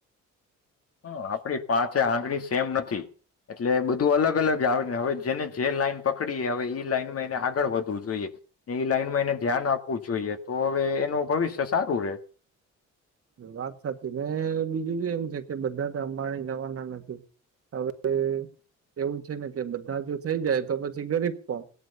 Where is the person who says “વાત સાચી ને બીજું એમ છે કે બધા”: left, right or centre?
Right